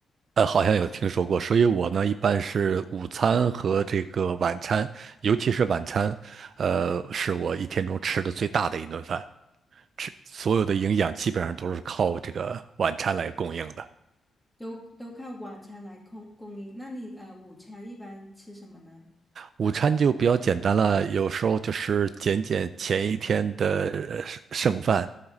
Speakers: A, on the right; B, in the centre.
A: 呃，好像有听说过，所以我呢一般是午餐和这个晚餐，尤其是晚餐，呃，是我一天中吃的最大的一顿饭，吃所有的营养基本上都是靠这个晚餐来供应的。
B: 都都靠晚餐来供供应，那你呃午餐一般吃什么呢？
A: 午餐就比较简单了，有时候就是减减前一天的呃剩剩饭，